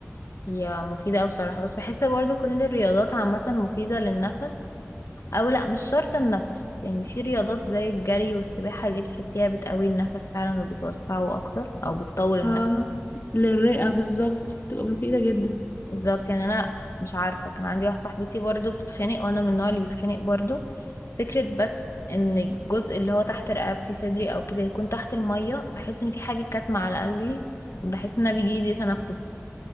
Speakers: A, on the left; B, on the left.
A: هي مفيدة اوي بصراحة بس بحس برضه كل الرياضات عامة مفيدة للنفس او لا مش شرط النفس يعني في رياضات زي الجري والسباحة دي بتحسيها بتقوي النفس فعلا وبتوسعه اكتر او بتطول النفس
B: اه للرئة بالظبط بتبقى مفيدة جدا
A: بالظبط يعني انا مش عارفه كان عندي واحده صاحبتي برضو بتتخانق وانا من النوع اللي بيتخانق برضو فكره بس ان الجزء اللي هو تحت رقبتي صدري او كده يكون تحت الميه بحس ان في حاجه كاتمه على قلبي بحس ان انا بيجيلي ضيق تنفس